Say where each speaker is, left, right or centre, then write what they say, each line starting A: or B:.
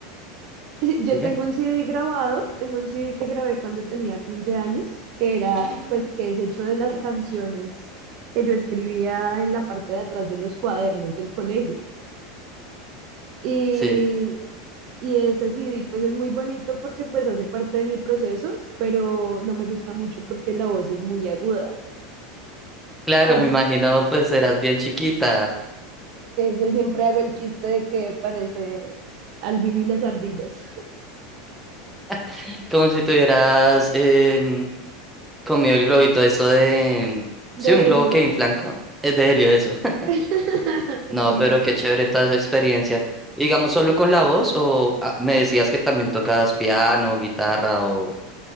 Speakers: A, on the right; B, in the centre.
A: <laughs> Yo
B: Dime.
A: tengo un CD grabado, tengo un CD que grabé cuando tenía 15 años, que era, pues, que es hecho de las canciones que yo escribía en la parte de atrás de los cuadernos del colegio. Y,
B: Sí.
A: y ese CD, pues, es muy bonito porque, pues, hace parte de mi proceso, pero no me gusta mucho porque la voz es muy aguda.
B: Claro,
A: Parece,
B: me imagino, pues eras bien chiquita.
A: yo siempre hago el chiste de que parece Alvin y las ardillas
B: <laughs> Como si tuvieras em, comido el globito, esto de.
A: <laughs>
B: Sí,
A: de
B: un globo
A: Helio.
B: que inflan. co- Es de helio, eso. <laughs>
A: <laughs>
B: No,
A: Sí.
B: pero qué chévere toda esa experiencia. Digamos, solo con la voz, o ah, me decías que también tocabas piano, guitarra, o.